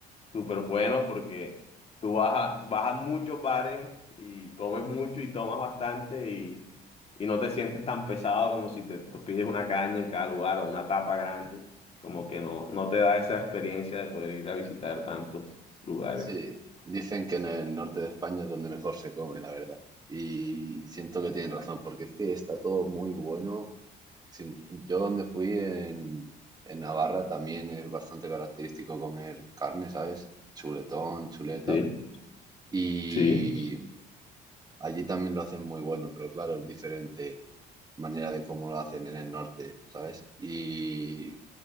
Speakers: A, on the left; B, on the right.
A: súper bueno porque tú vas a, vas a muchos bares y comes mucho y tomas bastante y, y no te sientes tan pesado como si te, te pides una caña en cada lugar o una tapa grande. Como que no, no te da esa experiencia de poder ir a visitar tantos lugares.
B: sí. Dicen que en el norte de España es donde mejor se come, la verdad. Y siento que tienen razón, porque es que está todo muy bueno Sí, yo donde fui en, en Navarra también es bastante característico comer carne, ¿sabes? Chuletón, chuleta.
A: Sí,
B: Y
A: sí.
B: allí también lo hacen muy bueno, pero claro, es diferente manera de cómo lo hacen en el norte, ¿sabes? Y